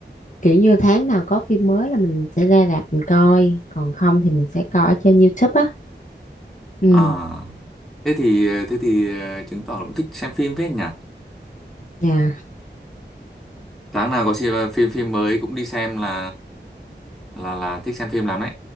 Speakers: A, on the left; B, in the centre.
A: kiểu như tháng nào có phim mới là mình sẽ ra rạp mình coi còn không thì mình sẽ coi ở trên YouTube á ừ
B: Ờ, thế thì ờ, thế thì ờ, chứng tỏ là cũng thích xem phim phết nhỉ
A: dạ
B: tháng nào có xem phim phim mới cũng đi xem là là là thích xem phim lắm đấy